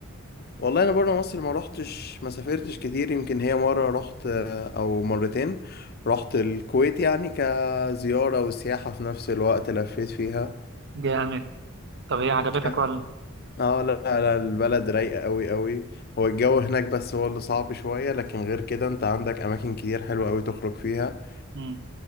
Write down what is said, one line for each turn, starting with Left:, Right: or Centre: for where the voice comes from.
Left: والله انا بره مصر ما روحتش ما سافرتش كتير يمكن هي مره رحت آه، او مرتين رحت الكويت يعني كزياره وسياحه في نفس الوقت لفيت فيها
Right: جامد طب إيه عجبتك
Left: ك-
Right: ولا؟
Left: اه لا لا البلد رايقه قوي قوي هو الجو هناك بس هو اللي صعب شويه لكن غير كده انت عندك اماكن كتير حلوه قوي تخرج فيها
Right: امم